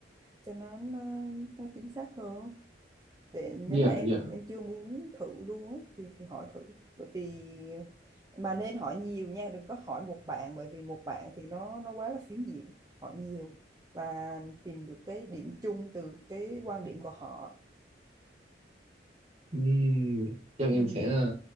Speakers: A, on the right; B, on the right.
A: cho nó nó, nó chính xác hơn để nếu
B: dạ
A: mà em
B: dạ
A: em chưa muốn thử luôn á, thì thì hỏi thử bởi vì mà nên hỏi nhiều nha đừng có hỏi một bạn bởi vì một bạn thì nó nó quá là phiến diện hỏi nhiều và tìm được cái điểm chung từ cái quan điểm của họ
B: Ừm, chắc em
A: Ừ,
B: sẽ